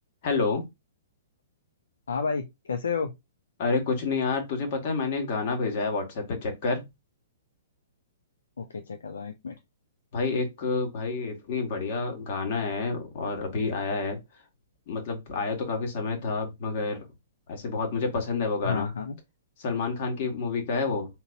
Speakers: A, on the left; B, on the left.
A: Hello
B: हाँ भाई कैसे हो
A: अरे कुछ नहीं यार तुझे पता है मैंने एक गाना भेजा है व्हाट्सएप पे चेक कर
B: ओके चेक कर रहा हूँ एक मिनट
A: भाई एक भाई इतनी बढ़िया गाना है और अभी आया है मतलब आया तो काफ़ी समय था मगर ऐसे बहुत मुझे पसंद है वो गाना
B: हाँ हाँ
A: सलमान खान की मूवी का है वो